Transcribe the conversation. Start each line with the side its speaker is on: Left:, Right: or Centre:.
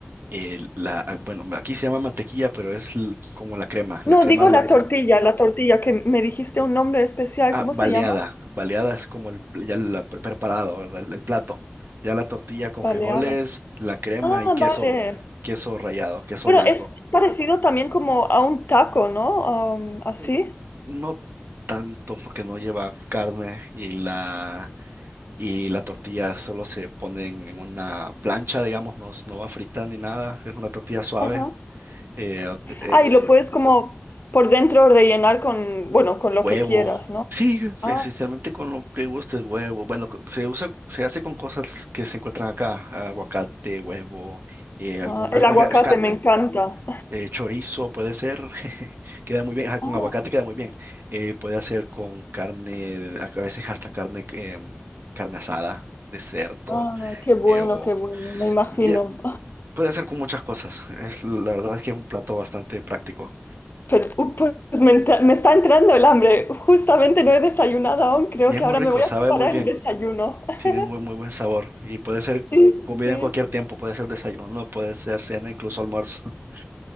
Right: Eh, la, ah, bueno, aquí se llama mantequilla, pero es l- como la crema, la
Left: No,
Right: crema
Left: digo
Right: blanca.
Left: la tortilla, la tortilla, que me dijiste un nombre especial.
Right: Ah,
Left: ¿Cómo
Right: baleada.
Left: se llama?
Right: Baleada es como el, ya la pre- preparado, ¿verdad? El, el plato. Ya la tortilla con
Left: Baleada.
Right: frijoles, la crema
Left: Ah,
Right: y queso,
Left: vale.
Right: queso rallado, queso
Left: Bueno,
Right: blanco.
Left: es parecido también como a un taco, ¿no? Am, así.
Right: Mm, No tanto porque no lleva carne y la, y la tortilla solo se pone en en una plancha, digamos, no, s- no va frita ni nada. Es una tortilla suave.
Left: Ajá.
Right: Eh, eh,
Left: Ah, y lo puedes como por dentro rellenar con, bueno, con
Right: Huevo.
Left: lo que quieras, ¿no?
Right: Sí,
Left: Ah,
Right: esencialmente con lo que guste, huevo. Bueno, co- se usa, se hace con cosas que se encuentran acá, aguacate, huevo, eh, algunas,
Left: ah, el
Right: alga-
Left: aguacate
Right: carne,
Left: me encanta.
Right: eh, chorizo puede ser, <laughs> queda muy bien, ajá, con
Left: Ah,
Right: aguacate queda muy bien. Eh, puede hacer con carne, a a veces hasta carne, em, carne asada de cerdo,
Left: ah, qué bueno,
Right: eh, o
Left: qué bueno, me imagino.
Right: ye- puede hacer con muchas cosas. Es, la verdad es que es un plato bastante práctico.
Left: Pero, uh, pues me, entra- me está entrando el hambre. Justamente no he desayunado aún. Creo
Right: Y es
Left: que
Right: muy
Left: ahora
Right: rico,
Left: me voy
Right: sabe
Left: a preparar
Right: muy bien.
Left: el desayuno. <laughs>
Right: Tiene muy, muy buen sabor y puede ser cu-
Left: Sí,
Right: comida
Left: sí, sí.
Right: en cualquier tiempo, puede ser desayuno, puede ser cena, incluso almuerzo. <laughs>